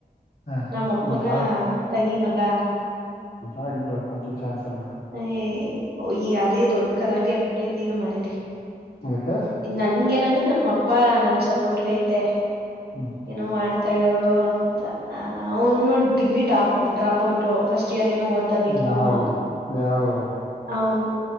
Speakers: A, on the left; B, on the right.
A: ಹಾ
B: ನಮ್ಮ ಅಪ್ಪೂನಾ
A: ಅಂತ
B: ತಂಗಿ ಮಗಾ
A: ಆಗ್ ಬಿಡ ಅಂತ ಚಾನ್ಸ್ ಅಲ್
B: ಹ ಅದೇ ದೊಡ್ಡ ಗಲಾಟೆ ಆಗ್ಬಿಟ್ಟೈತಿ ಈಗ ಮನೇಲಿ
A: ಅದಕ್ಕೆ
B: ನನ್ಗೇನಂದ್ರೆ ನಮ್ಮ ಅಪ್ಪ ನನ್ ಸಪೋರ್ಟ್ಗೈತೆ
A: ಹ್ಮ್
B: ಏನೋ ಮಾಡ್ತಾಳವಳು ಅಂತ ಅ ಅವ್ನು degree ಡಾಪ್ drop out first year ಏನೋ ಓದ್ದ ಬಿಕಾಮು
A: ಯಾವ ಊರು? ಯಾವ ಊರು
B: ಹೌನು